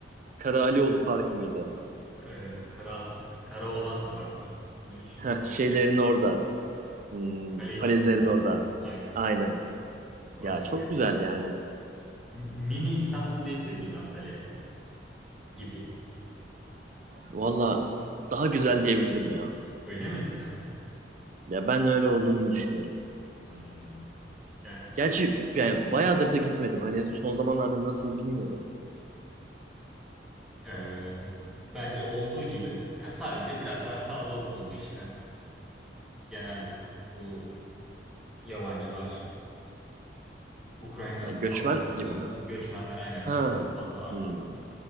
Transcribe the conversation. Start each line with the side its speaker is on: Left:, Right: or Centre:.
Right: Kara Alioğlu Parkı mıydı?
Centre: Ka- Kara, kara olan parkı. Ne bileyim,
Right: Heh,
Centre: <laughs>
Right: şeylerin orada. Hmm,
Centre: Kale için
Right: falezlerin
Centre: tarafı.
Right: orada.
Centre: Aynen.
Right: Aynen.
Centre: Orası
Right: Ya çok
Centre: ya.
Right: güzel yani.
Centre: M- Mini İstanbul diyebilir miyiz Antalya'ya? Gibi.
Right: Valla daha güzel diyebilirim ya.
Centre: Öyle mi cidden?
Right: Ya ben öyle olduğunu düşünüyorum.
Centre: Hmm. Ya,
Right: Gerçi yani bayağıdır da gitmedim. Hani son zamanlarda nasıl bilmiyorum.
Centre: e, bence olduğu gibi ya sadece biraz daha kalabalık oldu işte. Genel bu yabancılar Ukrayna
Right: Yani
Centre: Savaşı'ndan
Right: göçmen gibi
Centre: sonra
Right: mi?
Centre: göçmenler aynen
Right: Ha.
Centre: çok fazla arttı.
Right: Hmm.